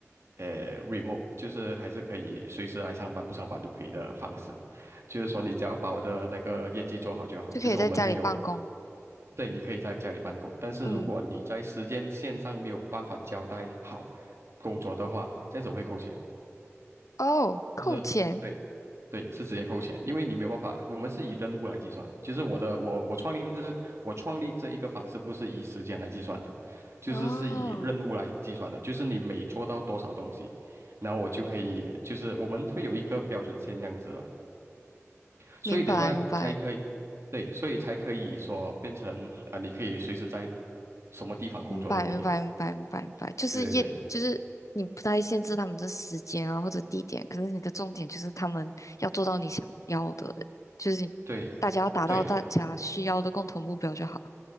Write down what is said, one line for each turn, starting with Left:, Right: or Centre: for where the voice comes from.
Right: 呃 remote，就是还是可以随时来上班不上班都可以的方式，就是说你只要把我的那个业绩做好就好，
Left: 就可以在家里办公。
Right: 就是我们会有。对，你可以在家里办公，但是如果你在时间线上没有办法交代好
Left: 嗯，
Right: 工作的话，这样子我会扣钱。
Left: 哦，扣钱。
Right: 就是对，对，是直接扣钱，因为你没有办法，我们是以任务来计算，就是我的我我创立这我创立这一个方式不是以时间来计算的，就是是以任务来计算的，
Left: 哦，
Right: 就是你每做到多少东西，然后我就可以，就是我们会有一个标准线这样子了，所以得说才可以，
Left: 明白明白
Right: 对，所以才可以说变成啊、呃你可以随时在什么地方工作都可以，
Left: 明白明白明白明白明白就是业就是你不太限制他们的时间啊或者地点，
Right: 对对对
Left: 可是你的重点就是他们要做到你想要的，就是你大家要达到大家需要的共同目标就好。
Right: 对。对